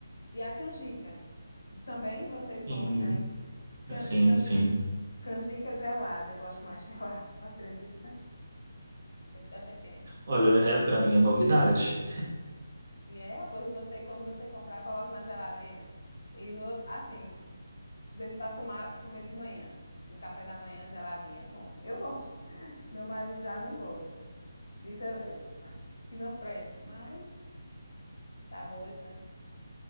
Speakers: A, on the left (about 80°); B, on the right (about 30°).
A: e a canjica, também vocês comem
B: Sim,
A: aí? Can-
B: sim,
A: canji-
B: sim.
A: canjica gelada, eu gosto mais gelada, <laughs> tu acredita? Eu acho que é.
B: Olha,
A: Prefiro
B: é para
A: gelada.
B: mim é novidade.
A: E é, apoio você, quando você comprar, coloque na geladeira. E no outro, assim, deixa para tomar, comer de manhã. Um café da manhã geladinho é bom. Eu gosto. Meu marido já não gosta. Diz eh, que não presta, mas sabores, né?